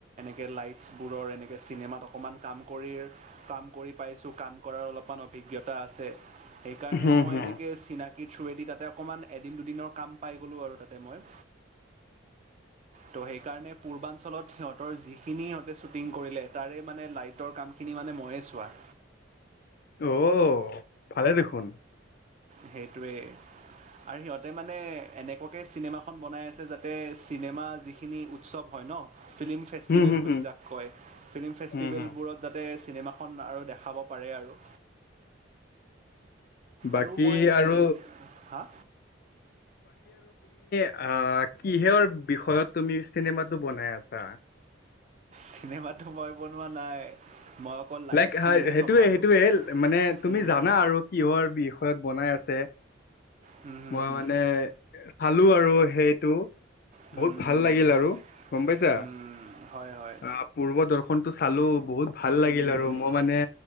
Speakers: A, on the right; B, on the left.
A: যে লাইটছবোৰৰ এনেকে চিনেমাত অকণমান কাম কৰি-কাম কৰি পাইছো কাম কৰাৰ অলপমান অভিজ্ঞতা আছে সেইকাৰণে
B: হুম,
A: মই
B: হুম,
A: এনেকৈ চিনা কি থ্ৰো দি তাতে অকণমান এদিন দুদিনৰ কাম পাই গ'লো আৰু তাতে মই।
B: <inaudible>
A: ত, সেইকাৰণে পূৰ্বাঞ্চলত সিহতৰ যিখিনি সিহতে শ্বুটিং কৰিলে, তাৰে মানে লাইটৰ কামখিনি মানে ময়ে চোৱা।
B: <inaudible> অ, ভালে দেখোন।
A: সেইটোৱে। আৰু সিহতে মানে এনেকুৱাকৈ চিনেমাখন বনাই আছে, যাতে চিনেমা যিখিনি উৎসৱ হয় ন ফিল্ম ফেষ্টিভেল
B: হুম, হুম,
A: বুলি
B: হুম,
A: যাক কয় ফিল্ম ফেষ্টিভেলবোৰত
B: হুম, হুম,
A: যাতে চিনেমাখন আৰু দেখাব পাৰে আৰু
B: বাকী
A: আৰু মই,
B: আৰু
A: হা
B: অহ, কিহৰ বিষয়ত তুমি চিনেমাটো বনাই আছা?
A: চিনেমাতো মই বনোৱা নাই। মই অকল লাইটছখিনিহে
B: লাইক সেইটোৱে
A: চম্ভালোঁ
B: - সেইটোৱে, মানে
A: হুম
B: তুমি জানা
A: হুম
B: আৰু কিহৰ বিষয়ত বনাই আছে।
A: হুম
B: মই
A: হুম
B: মানে চালো আৰু সেইটো।
A: হুম হুম
B: বহুত ভাল লাগিল
A: হুম
B: আৰু গম পাইছা,
A: হুম হয় হয়
B: আহ, পূৰ্ব দৰ্শনটো চালো বহুত ভাল
A: হুম
B: লাগিল
A: হুম
B: আৰু
A: হুম।
B: মই মানে